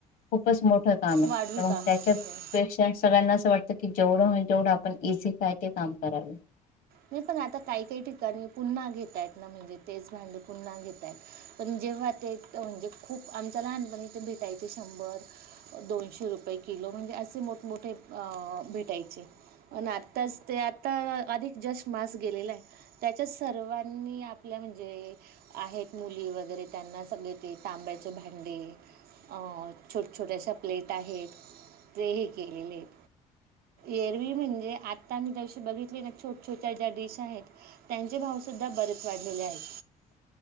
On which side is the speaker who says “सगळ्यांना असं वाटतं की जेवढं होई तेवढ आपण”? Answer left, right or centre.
Left